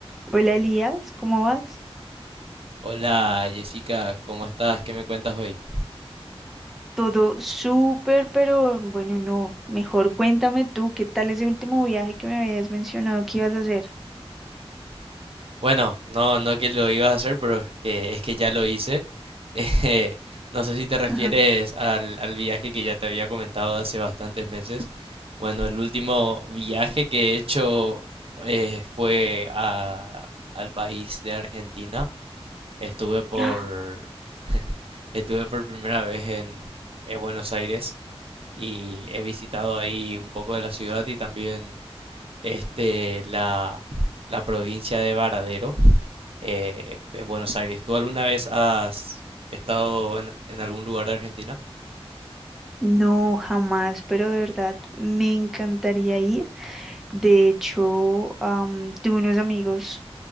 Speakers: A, in the centre; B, on the right.
A: Hola Elías, ¿cómo vas?
B: Hola Jessica, ¿cómo estás? ¿Qué me cuentas hoy?
A: Todo súper, pero bueno, no. Mejor cuéntame tú, ¿qué tal ese último viaje que me habías mencionado que ibas a hacer?
B: Bueno, no, no que lo ibas a hacer, pero que es que ya lo hice. <laughs> Eh, no sé si te refieres
A: <laughs> Ajá.
B: al, al viaje que ya te había comentado hace bastantes meses. Bueno, el último viaje que he hecho eh, fue a- al país de Argentina. Estuve por,
A: ¡Ah!
B: <laughs> estuve por primera vez en en Buenos Aires y he visitado ahí un poco de la ciudad y también este, la, la provincia de Varadero, eh, en Buenos Aires. ¿Tú alguna vez has estado en, en algún lugar de Argentina?
A: No, jamás, pero de verdad me encantaría ir. De hecho, am, tuve unos amigos